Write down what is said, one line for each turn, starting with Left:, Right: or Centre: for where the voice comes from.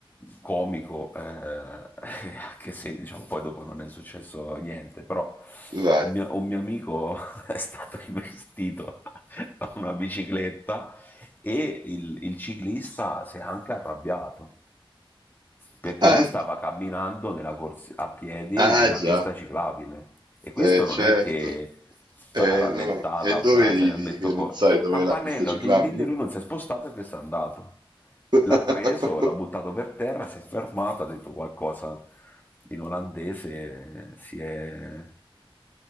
Left: comico, eh, <laughs> anche se diciamo, poi dopo non è successo niente, però
Right: Dai.
Left: un mio, un mio amico <laughs> è stato investito <laughs> da una bicicletta e il, il ciclista si è anche arrabbiato perché
Right: Ah,
Left: lui stava camminando corsi- a piedi
Right: ah,
Left: nella
Right: già.
Left: pista ciclabile e questo
Right: Eh,
Left: non
Right: certo.
Left: è che sa,
Right: Eh,
Left: rallentata,
Right: no. E dove ridi
Left: se metto
Right: che
Left: co-
Right: non sai dov'è
Left: campanello,
Right: la pista ciclabile?
Left: din din, e lui non si è spostato e questo è andato.
Right: <laughs>
Left: L'ha preso, l'ha buttato per terra, si è fermato, ha detto qualcosa in olandese, eh, si è...